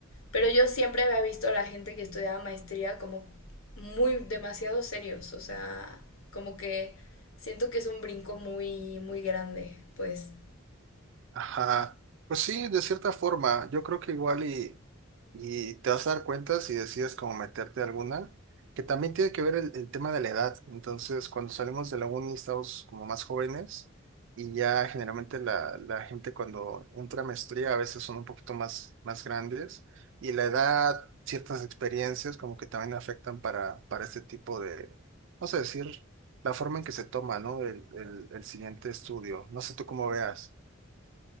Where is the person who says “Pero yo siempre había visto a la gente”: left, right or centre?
Left